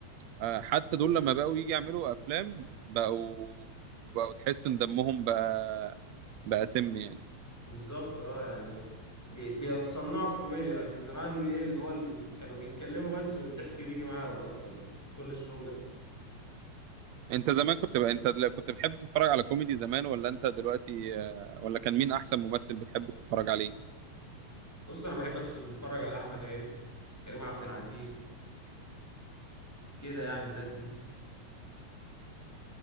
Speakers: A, on the right (about 70°); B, in the centre.
A: آه، حتى دول لما بقوا يجي يعملوا افلام بقوا بقوا تحس ان دمهم بقى بقى سم يعني
B: بالظبط اه يعني بي- بيتصنعوا الكوميديا لكن زمان ايه اللي هو ال- كانوا بيتكلموا بس والضحك بيجي معاهم اصلا بكل سهولة
A: انت زمان كنت بقى انت دل- كنت بتحب تتفرج على كوميدي زمان ولا انت دلوقتي آه، ولا كان مين احسن ممثل بتحب تتفرج عليه
B: بص انا بحب اتفرج على احمد عز كريم عبد العزيز كده يعني الناس دي